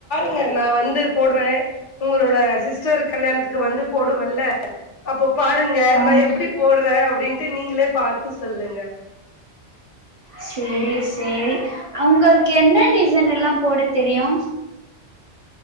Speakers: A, on the left (about 85°); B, on the right (about 45°).
A: ங்க நா வந்து போடுவே உங்களோட சிஸ்டர் கல்யாணத்துக்கு வந்து போடுவேன்ல்ல அப்ப வந்து பாருங்க
B: ஆமா
A: நா எப்பிடி போடுறே அப்பி டின்ட்டு நீங்களே பாத்து சொல்லுங்க
B: சேரி சேரி அவங்களுக்கு என்ன டிசைன் எல்லா போட தெரியு